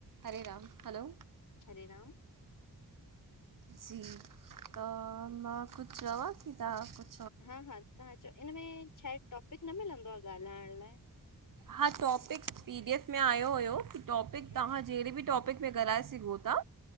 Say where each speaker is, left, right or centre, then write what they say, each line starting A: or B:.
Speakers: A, on the right; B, on the left.
A: Hare Ram, hello
B: Hare Ram
A: Zee का ना मां कुझु चवां की तां कुछ
B: हा हा, तहां चो इन में छा आहे, टॉपिक न मिलंदो आहे ॻाल्हाइण लाइ?
A: हा टॉपिक, पी डी एफ में आयो हुयो, की टॉपिक
B: अच्छा
A: तांहां जेहिड़े बि टॉपिक में ॻलाए सी घो ता,